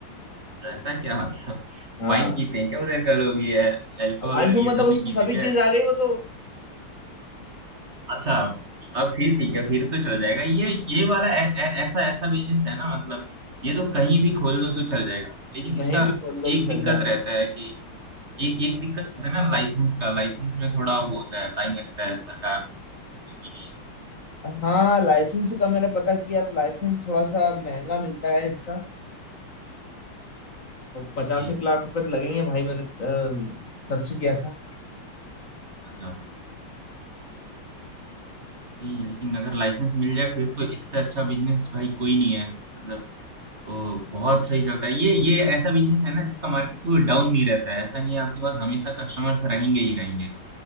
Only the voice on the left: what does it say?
हाँ
वांशो
मतलब
उसमें
सभी
चीज आ गई वो तो
कहीं
भी खोल लो
तो
चल जाएगा
हाँ लाइसेंस का मैंने पता किया तो लाइसेंस थोड़ा सा महंगा मिलता है इसका पचास
एक लाख रुपए तो लगेंगे भाई मैंने अ, सर्च किया था